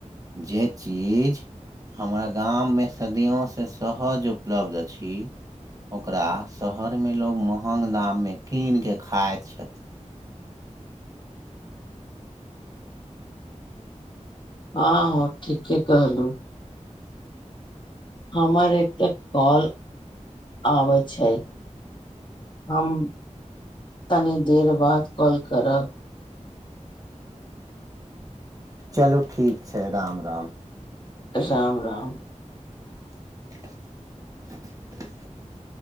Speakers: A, on the right (about 25°); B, on the left (about 40°).
A: जे चीज हमरा गाममे सदियोसँ सहज उपलब्ध अछि। ओकरा शहर में लोग महंग दाम मे कीन के खाइत छथि।
B: हँ हँ ठीके कहलु। हमर एक त कॉल आबैत छैय, हम तनी देर बाद कॉल करब।
A: चलू ठीक छैय राम-राम।
B: राम-राम।
A: <inaudible>